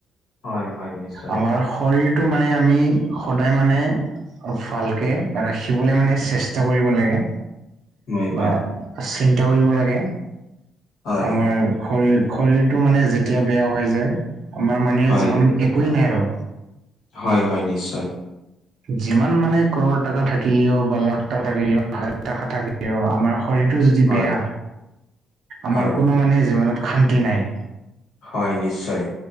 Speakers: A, on the left; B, on the right.
A: হয় হয় নিশ্চয়
B: আমাৰ শৰীৰটো মানে আমি সদায় মানে অ ভালকে ৰাখিবলে মানে চেষ্টা কৰিব লাগে।
A: হয় হয়
B: বা চিন্তা কৰিব লাগে
A: হয়
B: আমাৰ। শৰীৰ শৰীৰটো মানে যেতিয়া বেয়া হৈ যায় আমাৰ মানে
A: হয়
B: জীৱনত একোৱেই নাই আৰু।
A: হয় হয় নিশ্চয়।
B: যিমান মানে কৰৰ টকা থাকিলেও বা লাখ টকা থাকিলেও হাজাৰ টকা থাকিলেও আমাৰ শৰীৰ টো যদি
A: হয়
B: বেয়া আমাৰ
A: হয়
B: কোনো মানে জীৱনত শান্তি নাই।
A: হয় নিশ্চয়।